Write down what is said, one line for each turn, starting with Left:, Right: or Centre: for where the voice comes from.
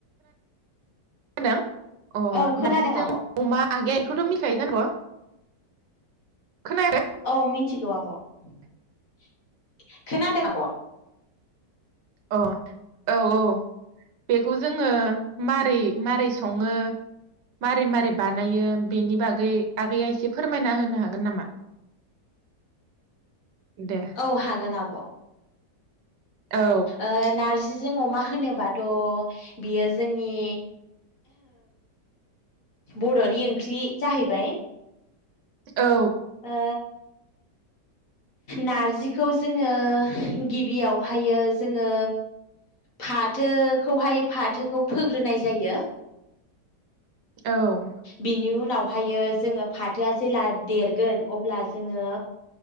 Right: मा होनदों? अ
Left: औ खोनादों
Right: नारजिजों
Left: आब'
Right: अमा आगैया एखौथ' मिथिखायो जानांगौ खोनाया
Left: औ मिथिगौ आब, ' खोनादों आब'
Right: अ औ औ बेखौ जोङो मारै-मारै सङो, मारै-मारै बानायो बेनि बागै आगैया एसे फोरमायना होनो हागोन? हागोन नामा? दे
Left: औ हागोन आब'
Right: औ
Left: ओ नारजि जोंअमा होनोबाथ' बियो जोंनि बर'नि ओम ओंख्रि जाहैबाय
Right: औ
Left: ओ नारजिखौ जोङो गिबियावहायो जोङो फाथोखौहाय फाथोखौ फोग्रोनाय जायो
Right: औ ओं
Left: बिनि उनाव हायो जोङो फाथोआ जेब्ला देरगोन अब्ला जोङो